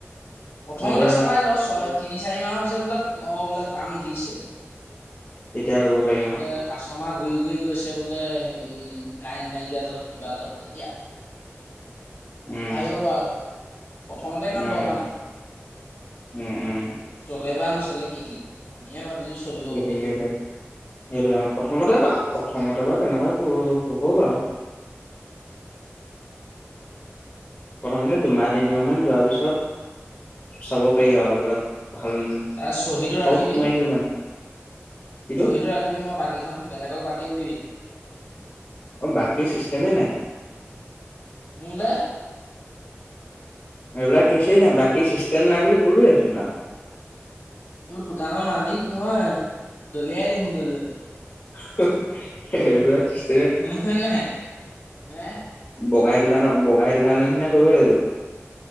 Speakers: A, on the left; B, on the left.
A: প্ৰথমতে
B: সেইটো
A: চলাই ল, ছয় তিনি চাৰি মাহৰ পিছত বোলে অ বোলে কাম দিছে।
B: তেতিয়া লব পাৰি
A: বোলে
B: আও।
A: কাষ্টমাৰ ঘূৰি ঘূৰি গৈছে বোলে, হেৰি কাৰেণ্ট নাইকিয়া য'ত কিবা য'ত তেতিয়া।
B: উম,
A: ভাৱিব পাৰ, প্ৰথমতে ইমান
B: উম,
A: দৰকাৰ নাই।
B: উম, উম,
A: চলে বা নচলে কি ঠিক, আমিয়ে ভাবিছো চলিব
B: গতিকে
A: বুলি।
B: সেইটো সেইটোৱে অঁ, প্ৰথমতে বাও প্ৰথমতে বাও তেনেকুৱাই হ'ব বাৰু। প্ৰথমতে দুমাহ তিনিমাহ মান যোৱাৰ পিছত চাব পাৰি আও, এইবিলাক ভাল
A: তাৰ চহীটো ৰাখিবি,
B: চব সোমোৱাই নিদো মানে কিন্তু
A: চহীটো ৰাখিবি মই বাকী খাম। বেলেগক বাকী নিদিবি।
B: অঁ, বাকী চিষ্টেমেই নাই।
A: মোলে।
B: এইবিলাক কেঁচই নাই বাকী চিষ্টেম নাই বুলি কোলোঁৱই চোন নাই।
A: তোৰ দোকানৰ মালিক মই, দলিয়াই দিম গ'লে।
B: <inaudible>
A: <inaudible>
B: বগাই দোকানক বগাই দোকানৰ নিচিনা কৰিব লাগিব।